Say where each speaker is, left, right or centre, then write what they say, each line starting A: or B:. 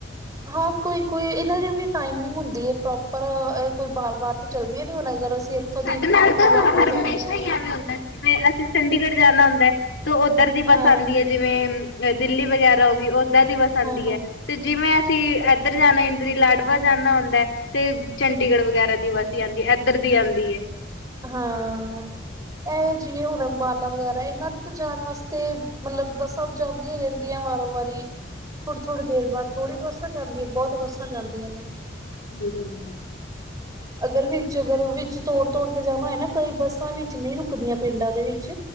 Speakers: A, on the right; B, on the left.
A: ਹਾਂ ਕੋਈ ਕੋਈ ਇਹਨਾਂ ਦੀ ਵੀ ਟਾਈਮਿੰਗ ਹੁੰਦੀ ਏ ਪ੍ਰੋਪਰ ਕੋਈ ਬਾਰ ਬਾਰ ਤਾਂ ਚੱਲਦੀਆਂ ਨੀ ਹੁਣ ਅਗਰ ਅਸੀਂ ਇੱਥੋਂ
B: ਸਾਡੇ
A: ਦੀ
B: ਨਾਲ ਤਾਂ
A: ਹਮਾਲੇ
B: ਹਮੇਸ਼ਾ
A: ਜਾਨੇ ਆ
B: ਹੀ ਐਵੇਂ ਹੁੰਦਾ ਜਿਵੇਂ ਅਸੀਂ ਚੰਡੀਗੜ੍ਹ ਜਾਣਾ ਹੁੰਦਾ ਤੇ ਉੱਧਰ ਦੀ ਬੱਸ
A: ਹਾਂ
B: ਆਂਦੀ ਏ ਜਿਵੇਂ ਦਿੱਲੀ ਵਗੈਰਾ ਹੋ ਗਈ ਓਦਾਂ ਦੀ ਬਸ ਆਂਦੀ
A: ਹਾਂ ਹਾਂ
B: ਏ ਤੇ ਜਿਵੇ ਅਸੀਂ ਇੱਧਰ ਜਾਣਾ ਇੰਦ ਲਾਡਵਾ ਜਾਣਾ ਹੁੰਦਾ ਹੈ ਚੰਡੀਗੜ੍ਹ ਵਗੈਰਾ ਦੀ ਬਸ ਜਾਂਦੀ ਹੈ ਇੱਧਰ ਦੀ ਆਦੀ ਏ।
A: ਹਾਂ ਇਹ ਜਿਵੇਂ ਹੁਣ ਅੰਬਾਲਾ ਵਗੈਰਾ ਇਹਨਾਂ ਜਾਣ ਵਾਸਤੇ ਮਤਲਬ ਬੱਸਾਂ ਜਾਂਦੀਆਂ ਰਹਿੰਦੀਆਂ ਵਾਰੋਂ- ਵਾਰੀ ਥੋੜੀ-ਥੋੜੀ ਦੇਰ ਬਾਅਦ ਥੋੜ੍ਹੀ ਬੱਸਾਂ ਜਾਂਦੀਆਂ ਬਹੁਤ ਬੱਸਾਂ ਜਾਂਦੀਆਂ ਨੇ।
B: ਹਮ। <unintelligible>
A: ਅਗਰ ਵਿੱਚ ਅਗਰ ਵਿੱਚ ਤੋੜ-ਤੋੜ ਕੇ ਜਾਣਾ ਹੋਏ ਨਾ ਕਈ ਬੱਸਾਂ ਵਿੱਚ ਨਹੀਂ ਰੁਕਦੀਆਂ ਪਿੰਡਾਂ ਦੇ ਵਿੱਚ